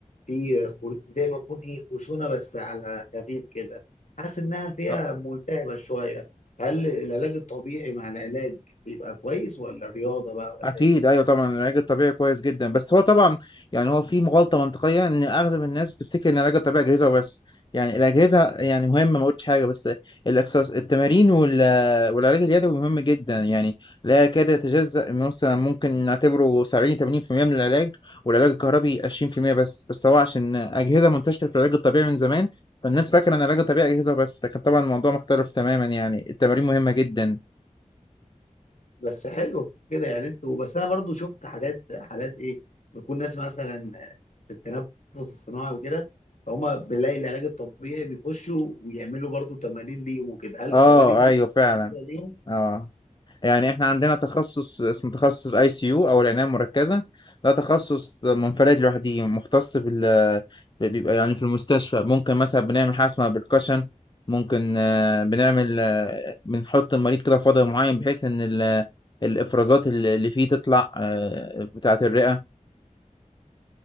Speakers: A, on the left; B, on the left.
A: في خر- زي ما يكون ايه خشونه بس على خفيف كده حاسس انها فيها
B: آه.
A: ملتهبه شويه هل العلاج الطبيعي مع العلاج يبقى كويس ولا رياضه بقى ولا
B: اكيد
A: ايه
B: ايوه طبعا العلاج الطبيعي كويس جدا بس هو طبعا يعني هو في غلطه منطقيه ان اغلب الناس بتفتكر ان العلاج الطبيعي اجهزه وبس يعني الاجهزه يعني مهمه ما قلتش حاجه بس الاكسس التمارين وال- والعلاج اليدوي مهم جدا يعني لا يكاد يتجزأ من- مثلا ممكن نعتبره 70 80% من العلاج والعلاج الكهربي 20% بس بس هو عشان اجهزه منتشره في العلاج الطبيعي من زمان فالناس فاكره ان العلاج الطبيعي اجهزه بس لكن طبعا الموضوع مختلف تماما يعني التمارين مهمه جدا
A: بس حلو كده يعني انتوا بس انا برضو شفت حاجات حالات ايه بيكون ناس مثلا في التنفس الصناعي وكده فهم بيلاقي العلاج الطبيعي بيخشوا ويعملوا برضو تمارين ليهم وكده هل
B: اه
A: التمارين دي
B: ايوه
A: بتبقى
B: فعلا
A: مفيده ليهم
B: اه يعني احنا عندنا تخصص اسمه تخصص الاي سي يو او العنايه المركزه ده تخصص منفرد لوحده مختص بال بيبقى يعني في المستشفى ممكن مثلا بنعمل حاجه اسمها بالكشن ممكن آه، بنعمل آه، بنحط المريض كده في وضع معين بحيث ان ال- الافرازات اللي اللي فيه تطلع آه، بتاعه الرئه